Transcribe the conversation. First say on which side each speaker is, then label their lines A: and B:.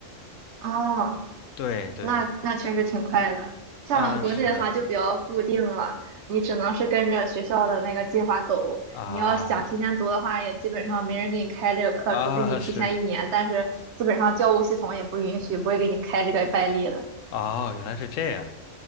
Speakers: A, on the right; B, on the left.
A: 哦，
B: 对对，
A: 那那确实挺快的。像国内的话就比较固定了，
B: 啊，是的，
A: 你只能是跟着学校的那个计划走。
B: 啊
A: 你要想提前读的话，也基本上没人给你开这个课，
B: 啊，
A: 除非你提前一年。
B: 是的，
A: 但是基本上教务系统也不允许，不会给你开这个外例的。
B: 哦，原来是这样，